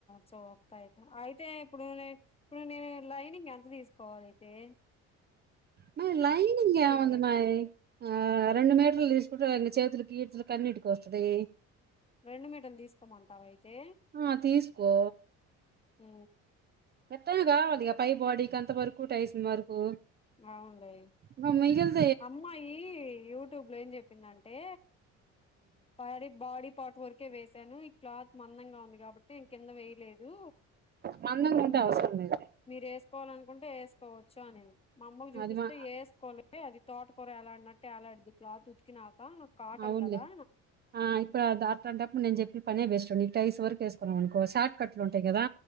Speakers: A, on the left; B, on the right.
A: చోత్తాయితే అయితే ఇప్పుడు ఇప్పుడు నేను లైనింగ్ ఎంత తీసుకోవాలియితే
B: నువ్ లైనింగ్ <unintelligible>
A: ఇవ్వరు
B: వందిమా ఆ రెండు మీటర్లు తీసుకుంట చేతులకి ఈట్ల అన్నింటికి వస్తుది
A: రెండు మీటర్లు తీసుకోమంటావ అయితే.
B: ఆ తీసుకో
A: ఊ
B: ఎత్తను కావాలిగా పై బాడీకి అంత వరకు టైస్ వరకు
A: అవన్ను లే
B: నువ్ మిగిల్
A: అమ్మాయి యూట్యూబ్ లో ఏం చెప్పిందంటే బాడీ బాడీ పార్ట్ వరకే వేసాను ఈ క్లాత్ మందంగా ఉంది కాబట్టి కింద వేయలేదు.
B: మందంగా ఉంటే
A: మ్
B: అవసరం లేదులే
A: మీరు వేసుకోవాలి అనుకుంటే వేసుకోవచ్చు అనేది. మా అమ్మకు చూపిస్తే
B: అది మా
A: వేసుకోవాల అది తోటకుర ఎలాడినట్టు ఎలాడుతుంది. క్లాత్ ఉతికినాక కాటన్
B: అవున్
A: కదా
B: లే ఆ ఇప్పుడు దా అంటాటప్పుడు నేను చెప్పిన పనే బేస్ట్ండి ఇ టైస్ వేసుకున్నాం అనుకో షార్ట్ కట్లు ఉంటాయి కదా